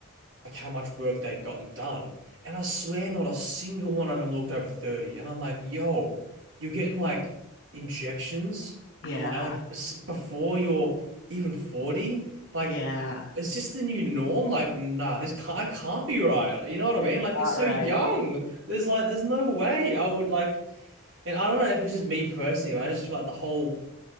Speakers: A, on the right; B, on the left.
A: like how much work they'd gotten done. And I swear not a single one of them looked over 30. And I'm like, yo, you're getting like injections
B: yeah,
A: like, like s- before you're even 40? Like,
B: yeah.
A: is this the new norm? Like, nah, this can't, can't be right. You know what
B: It's
A: I mean? Like,
B: not
A: you're so
B: right.
A: young. There's like, there's no way I would like, and I don't know if it's just me personally, but I just feel like the whole